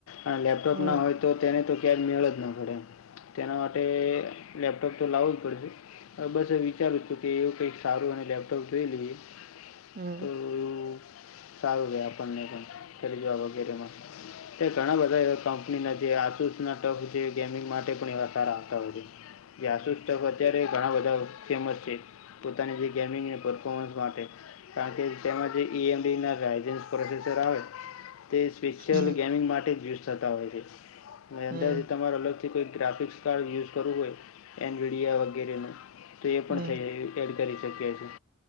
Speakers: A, on the left; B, on the right.
A: આ લેપટોપ
B: હમ
A: ના હોય ત તો તેને તો ક્યાંક મેળ જ ના પડે એમ. તેના માટે લેપટોપ તો લાવવું જ પડશે. હવે બસ એ વિચારું છું કે એવું કાંઈક સારું અને લેપટોપ જોઈ લઈએ.
B: હમ
A: તો એવું સારું રહે આપણને પણ, કરિયર વગેરેમાં. તે ઘણા બધા એવા કંપનીના જે આસુસ ના ટફ છે, ગેમિંગ માટે પણ એવા સારા આવતા હોય છે. કે આસુસ ટફ અત્યારે ઘણા બધા ફેમસ છે, પોતાની જે ગેમિંગને પરફોમન્સ માટે. કારણ કે તેમાં જે ઈ એમ ડી ના લાયસન્સ પ્રોસેસર આવે તે સ્પેશિયલ
B: હમ
A: ગેમિંગ માટે જ યુઝ થતા હોય છે. ને અંદાજિત
B: હમ
A: તમારે અલગથી કોઈ ગ્રાફિક્સ કાર્ડ યુઝ કરવું હોય એનવીડિયા વગેરેનું તો એ પણ
B: હમ
A: થઈ જ. એડ કરી શકીએ, છીએ